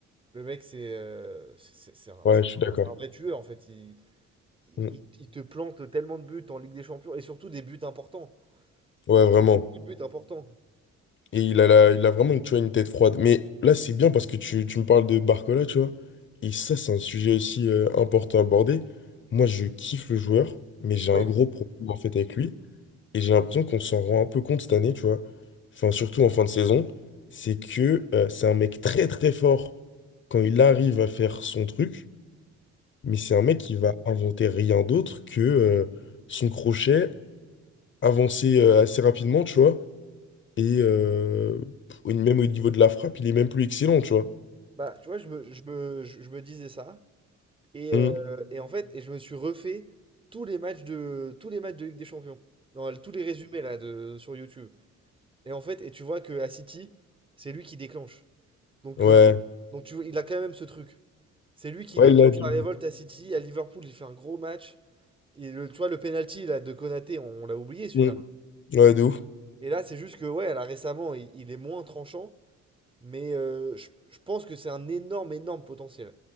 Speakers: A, on the right; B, on the left.
A: le mec, c'est euh, c'est c'est- c'est un,
B: ouais,
A: c'est
B: je
A: un
B: suis d'accord.
A: vrai c'est un vrai tueur. En fait, il, il,
B: Mm.
A: il- il te plante tellement de buts en Ligue des Champions et surtout des buts importants.
B: Ouais,
A: Il te
B: vraiment.
A: met beaucoup de buts importants.
B: Et il a, la- il a vraiment une, tu vois, une tête froide. Mais là, c'est bien parce que tu, tu me parles de Barcola, tu vois. Et ça, c'est un sujet aussi euh, important à aborder. Moi, je kiffe le joueur, mais j'ai
A: Ouais,
B: un gros problème en fait avec lui. Et j'ai l'impression qu'on s'en rend un peu compte cette année, tu vois. Enfin, surtout en fin de saison. C'est que euh, c'est un mec très très fort quand il arrive à faire son truc. Mais c'est un mec qui va inventer rien d'autre que euh, son crochet, avancer euh, assez rapidement, tu vois. Et euh, même au niveau de la frappe, il est même plus excellent, tu vois.
A: Bah, tu vois, je me, je me, je je me disais ça. Et,
B: Mm.
A: euh, et en fait, et je me suis refait tous les matchs de, tous les matchs de Ligue des Champions. Non, tous les résumés là de, sur YouTube. Et en fait, et tu vois que à City, c'est lui qui déclenche. Donc,
B: Ouais.
A: euh, donc tu vois, il a quand même ce truc. C'est lui qui
B: Ouais,
A: déclenche
B: il a du-
A: la révolte à City. À Liverpool, il fait un gros match. Et le, tu vois, le penalty là, de Konaté, on, on l'a oublié celui-là.
B: Mm. Ouais, de ouf.
A: Et là, c'est juste que, ouais, là, récemment, il, il est moins tranchant. Mais euh, je, je pense que c'est un énorme, énorme potentiel.